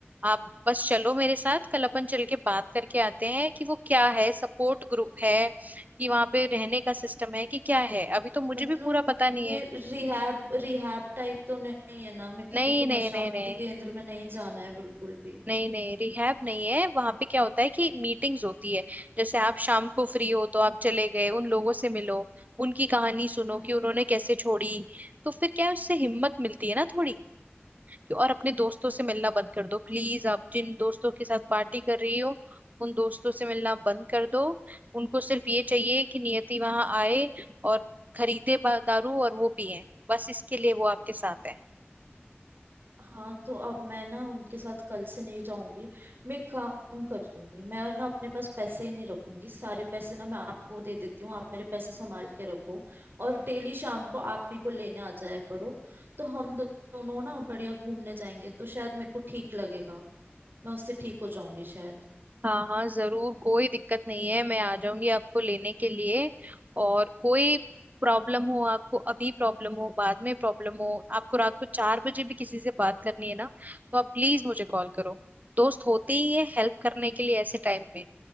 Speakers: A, on the right (about 40°); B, on the right (about 55°).
A: आप बस चलो मेरे साथ कल अपन चल के बात करके आते हैं कि वो क्या है सपोर्ट ग्रुप है कि वहां पे रहने का सिस्टम है कि क्या है अभी तो मुझे
B: मतलब
A: भी पूरा पता नहीं
B: ये
A: है
B: रिहैब रिहैब टाइप तो नहीं है ना मेरे को
A: नहीं
B: क्योंकि नशा
A: नहीं नहीं
B: मुक्ति
A: नहीं
B: केंद्र में नहीं जाना है बिल्कुल भी
A: नहीं नहीं रिहैब नहीं है वहां पे क्या होता है कि मीटिंग्स होती है जैसे आप शाम को फ्री हो तो आप चले गए उन लोगों से मिलो उनकी कहानी सुनो
B: हम्म
A: कि उन्होंने कैसे छोड़ी तो फिर क्या है उससे हिम्मत मिलती है ना थोड़ी और अपने दोस्तों से मिलना बंद कर दो प्लीज आप जिन दोस्तों के साथ पार्टी कर रही हो उन दोस्तों से मिलना बंद कर दो उनको सिर्फ ये चाहिए कि नियति वहां आए और खरीदे बा- दारू और वो पिए बस इसके लिए वो आपके साथ है
B: हाँ तो अब मैं ना उनके साथ कल से नहीं जाऊंगी मैं एक काम कर दूंगी मैं ना अपने पास पैसे ही नहीं रखूंगी सारे पैसे ना मैं आपको दे देती हूँ आप मेरे पैसे संभाल के रखो और डेली शाम को आप मेरे को लेने आ जाया करो तो हम दो- दोनों ना बढ़िया घूमने जाएंगे तो शायद मेरे को ठीक लगेगा मैं उससे ठीक हो जाऊंगी शायद
A: हाँ हाँ जरूर कोई दिक्कत नहीं है मैं आ जाऊंगी आपको लेने के लिए और कोई प्रॉब्लम हो आपको अभी प्रॉब्लम हो बाद में प्रॉब्लम हो आपको रात को चार बजे भी किसी से बात करनी है ना तो आप प्लीज मुझे कॉल करो दोस्त होते ही है हेल्प करने के लिए ऐसे टाइम में